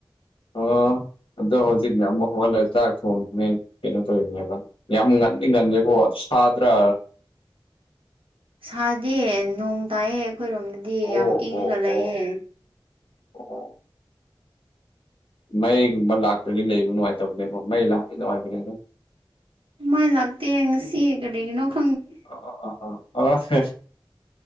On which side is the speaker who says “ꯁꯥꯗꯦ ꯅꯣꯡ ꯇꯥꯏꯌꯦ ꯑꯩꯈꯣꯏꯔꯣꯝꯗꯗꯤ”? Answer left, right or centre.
Right